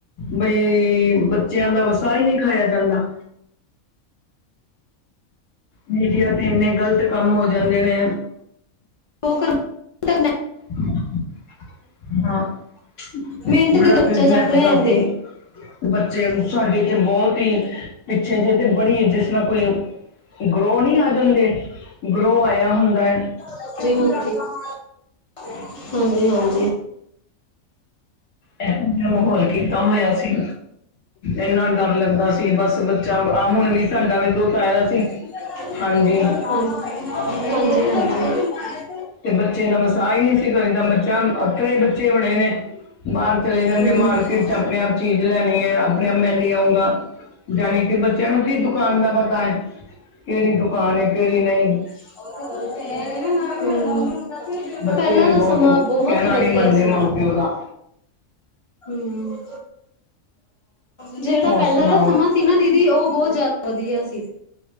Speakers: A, on the left; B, on the left.
A: ਬਈ ਬੱਚਿਆਂ ਦਾ ਵਸਾ ਹੀ ਨਹੀਂ ਖਾਇਆ ਜਾਂਦਾ। ਮੀਡੀਆ ਤੇ ਇੰਨੇ ਗ਼ਲਤ ਕੰਮ ਹੋ ਜਾਂਦੇ ਨੇ
B: ਉਹ ਕਰਾ ਲੈਂਦੇ। <unintelligible>
A: <inaudible> ਹਾਂ ਬੜਾ
B: ਮਿੰਟ ਦੇ ਬੱਚਾ
A: ਕੁ ਨੇ
B: ਚੱਕ
A: <unintelligible>
B: ਲੈ
A: ਪਤਾ
B: ਜਾਂਦੇ
A: ਕਿ ਬੱਚੇ ਗੂੰ ਸਾਡੇ ਤੇ ਬਹੁਤ ਹੀ ਪਿੱਛੇ ਜਿਹੇ ਤੇ ਬੜੀ ਜਿਸ ਨਾਲ ਕੋਈ ਗਰੋ ਨਹੀਂ ਆ ਜਾਂਦੇ ਗਰੋ ਆਇਆ ਹੁੰਦਾ ਐ
B: ਹਾਂ ਹਾਂਜੀ ਹਾਂਜੀ
A: ਐਹੋ ਜਿਹਾ ਮਾਹੌਲ ਕੀਤਾ ਹੋਇਆ ਸੀ ਇੰਨਾ ਡਰ ਲੱਗਦਾ ਸੀ ਬਸ ਬੱਚਾ ਆਹ ਹੁਣ ਵੀ ਸਾਡਾ ਵੀ ਦੋਤਾ ਆ ਵਾ ਸੀ।
B: ਹਜੀ
A: ਹਾਂਜੀ
B: ਹਾਂਜੀ ਹਾਂਜੀ, <unintelligible>
A: ਤੇ ਬੱਚੇ ਦਾ ਵਸਾ ਹੀ ਨਹੀਂ ਸੀ ਕਰੀ ਤਾਂ ਬੱਚਾ ਅੱਖਰੇ ਬੱਚੇ ਬਣੇੇ ਨੇ ਬਾਹਰ ਚਲੇ ਜਾਂਦੇ
B: ਹਮ
A: ਮਾਰਕੀਟ ਚ ਆਪਣੇ ਆਪ ਚੀਜ਼ ਲੈਣੀ ਹੈ ਆਪਣੇ ਆਪ ਮੈ ਲੇ ਆਉਂਗਾ ਜਾਣੀ ਕਿ ਬੱਚਿਆਂ ਨੂੰ ਕੀ ਦੁਕਾਨ ਦਾ ਪਤਾ ਹੈ ਕਿਹੜੀ ਦੁਕਾਨ ਕਿਹੜੀ ਨਹੀ।
B: <unintelligible> ਪਹਿਲਾ
A: ਬੱਚੇ ਵੀ
B: ਦਾ
A: ਬਹੁਤ
B: ਸਮਾ ਬੋਹਤ
A: ਕਹਿਣਾ
B: ਵਧੀਆ
A: ਨਹੀਂ ਮੰਨਦੇ
B: ਸੀ।
A: ਮਾਂ ਪਿਓ ਦਾ
B: ਹੂੰ ਜਿਹੜਾ
A: ਹੋਰ
B: ਪਹਿਲਾ
A: ਸੁਣਾਓ
B: ਦਾ ਸਮਾ ਸੀ ਨਾ ਦੀਦੀ ਉਹ ਬੋਹਤ ਜਾਦਾ ਵਧੀਆ ਸੀ।